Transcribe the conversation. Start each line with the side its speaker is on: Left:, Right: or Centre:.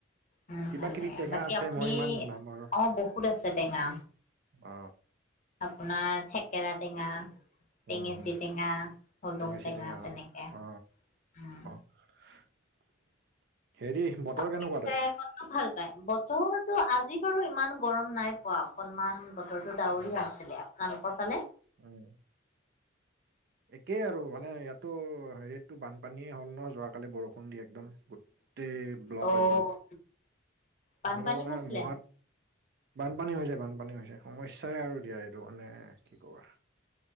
Left: উম
Right: কিবা
Left: ভাল
Right: কিবি
Left: লাগে!
Right: টেঙা
Left: বাকী
Right: আছে
Left: আপুনি?
Right: মই ইমান নামৰ
Left: অ বহুত আছে টেঙা।
Right: অ!
Left: আপোনাৰ থেকেৰা টেঙা, টেঙেচি
Right: উম, উম।
Left: টেঙা, হলং
Right: টেঙেচি
Left: টেঙা,
Right: চিটেঙা
Left: তেনেকে
Right: অ
Left: উম!
Right: <unintelligible> বতৰ
Left: আপুনি
Right: কেনেকুৱা
Left: পিছে
Right: তাত
Left: ভাল পাই? বতৰটো আজি বাৰু ইমান গৰম নাই পোৱা। অকনমান বতৰটো ডাৱৰীয়া
Right: উম
Left: আছিলে। আপোনালোকৰ ফালে?
Right: উম! একেই আৰু মানে ইয়াতো হেৰিততো বানপানীয়ে হ'ল ন যোৱাকালি বৰষুণ দি একদম। গোটেই ব্লক
Left: অ',
Right: হৈ গ'ল,
Left: বানপানী
Right: সেইটো মানে
Left: হৈছিলে
Right: মহাত
Left: নেকি?
Right: বানপানী হৈছে, বানপানী হৈছে সমস্যাই আৰু দিয়া এইটো মানে কি ক'বা